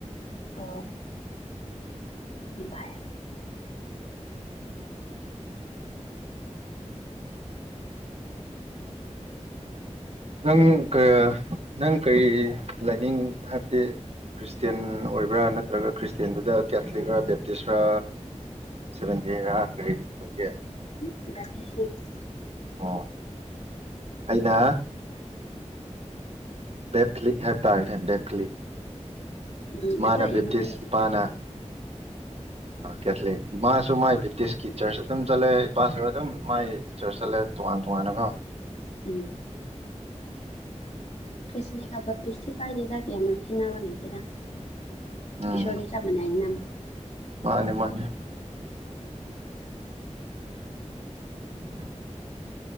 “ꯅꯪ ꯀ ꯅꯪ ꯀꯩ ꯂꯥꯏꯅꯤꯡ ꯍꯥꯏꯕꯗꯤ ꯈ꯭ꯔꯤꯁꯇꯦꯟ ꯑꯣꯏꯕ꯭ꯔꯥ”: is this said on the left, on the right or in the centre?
Right